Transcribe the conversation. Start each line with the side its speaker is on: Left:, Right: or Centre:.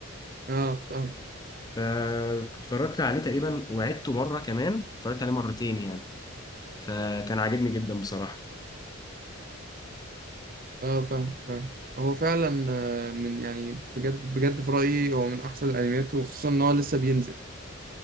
Right: اه فاهم
Left: فاتفرجت عليه تقريبا وعدته مره كمان اتفرجت عليه مرتين يعني فكان عاجبني جدا بصراحه
Right: اه فاهم فاهم هو فعلا آه، من يعني بجد بجد في رأيي هو من احسن الانميات وخصوصا ان هو لسه بينزل